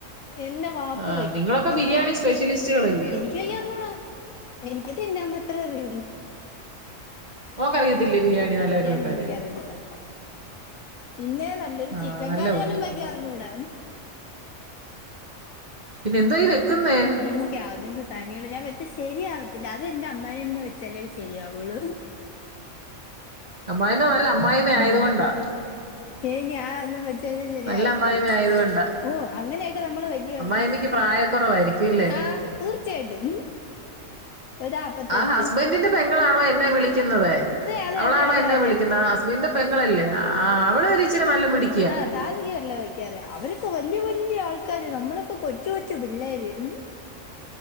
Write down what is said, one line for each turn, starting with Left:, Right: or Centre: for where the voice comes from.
Left: എന്റെ വാപ്പ
Right: ആഹ് നിങ്ങളൊക്കെ ബിരിയാണി സ്പെഷ്യലിസ്റ്റുകളല്ലിയോ
Left: ക്ക്ഴി അർഞ്ഞൂട എനിക്ക് തിന്നാം മാത്രേ അറിയൊള്ളൂ
Right: ഓക്കറിയത്തില്ലേ ബിരിയാണി നല്ലായിട്ട് വെക്കാന്
Left: ഒന്നും വെക്കാൻ അറിയത്തില്ല പിന്നെ നല്ലൊരു
Right: ആഹ്
Left: ചിക്കൻ
Right: നല്ല
Left: കറിയെലും
Right: കുഞ്ഞ്
Left: വെക്കർഞ്ഞുട
Right: പിന്നെ എന്തോ ഈ വെക്കുന്നേ
Left: ഇൻക്ക് <unintelligible> സാനങ്ങള് ഞാൻ വെച്ച ശരിയാവത്തില്ല അത് എന്റെ അമ്മായമ്മ വെച്ചാലെ ശരിയാവോള്ളൂ
Right: അമ്മായിമ്മ നല്ല അമ്മായിമ്മ
Left: ഉം
Right: ആയത് കൊണ്ടാ
Left: ഏയ്‌ ഞാ അതൊന്നും വെചാല് ശരിയാവത്തില്ല
Right: നല്ല അമ്മായിമ്മ ആയത് കൊണ്ടാ
Left: ഓ അങ്ങനെയൊക്ക നമ്മള് വെ
Right: അമ്മായിമ്മയ്ക്ക്
Left: ണെങ്കി
Right: പ്രായക്കുറവായിരിക്കും ഇല്ലേ
Left: ആഹ് തീർച്ചയായിട്ടും ഒരാപ്പത്തഞ്ച്
Right: ആ ഹസ്ബൻഡിന്റെ പെങ്ങളാണോ എന്നെ വിളിക്കുന്നത്
Left: അതെ
Right: അവളാണോ
Left: അതെ അതെ
Right: എന്നെ
Left: അതെ
Right: വിളിക്കുന്ന ഹസ്ബൻഡ പെങ്ങളല്ലേ ആ അവളൊരു ഇച്ചിരി നല്ല മിടി
Left: ആ താത്തെക്കെ എല്ലാം വയ് ക്ക്യറിയ അവരൊക്കെ വല്ല്യ വല്ല്യ ആൾക്കാര് നമ്മളൊക്ക കൊച്ചു കൊച്ചു പിള്ളേര് ഉം